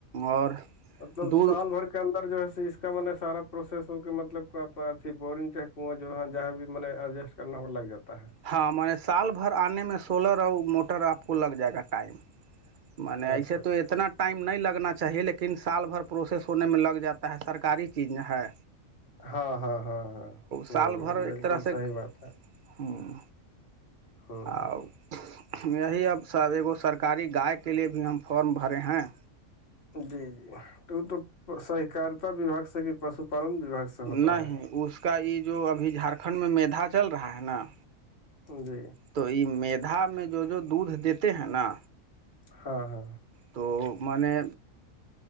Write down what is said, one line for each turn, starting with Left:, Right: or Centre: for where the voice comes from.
Right: اور
Left: مطلب
Right: دودھ
Left: سال بھر اندر جو ہے اس کا میں نے سارا پروسیس ہو کہ مطلب کو آپھی بورنگ چاہ کنواں جو ہےاں جہاں بھی میں نے ایڈجسٹ کرنا ہوا لگ جاتا ہے
Right: ہاں میںے سال بھر آنے میں سولر اور موٹر آپ کو لگ جائے گا ٹائم م نے ایسے
Left: اچھا اچھا
Right: تو اتنا ٹائم نہیں لگنا چاہیے لیکن سال بھر پروسیس ہونے میں لگ جاتا ہے سرکاری چیز ہے
Left: ہاں ہاں ہاں ہاں ہ
Right: سال بھر ایک
Left: بالکل
Right: طرح سے
Left: صحیح بات ہے
Right: ہاں
Left: ہ
Right: اور یہی اب سب ایگ سرکاری گائے کے لیے بھی ہم فارم بھرے ہیں
Left: جی جی تو تو سہکارتا وباگ سے کہ پشو پالن وھاگ سے ہوتا
Right: نہیں
Left: ہے
Right: اس کا یہ جو ابھی جھارکھنڈ میں مھا چل رہا ہے نا
Left: جی
Right: تو یہ میدا میں جو جو دودھ دیتے ہیں نا
Left: ہاں ہاں
Right: تو م نے